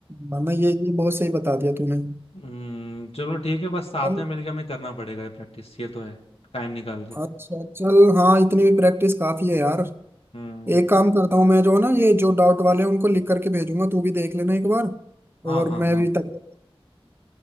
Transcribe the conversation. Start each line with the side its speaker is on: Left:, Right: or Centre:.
Right: वरना ये ये बहुत सही बता दिया तूने
Left: हम्म चलो ठीक है बस साथ
Right: चल
Left: में मिलकर हमें करना पड़ेगा ये प्रैक्टिस ये तो है टाइम निकाल के
Right: अच्छा चल हाँ इतनी भी प्रैक्टिस काफी है यार
Left: हम्म
Right: एक काम करता हूँ मैं जो ना ये जो डाउट वाले हैं उनको लिख करके भेजूंगा तू भी देख लेना एक बार
Left: हाँ
Right: और
Left: हाँ
Right: मैं
Left: हाँ
Right: भी तब तक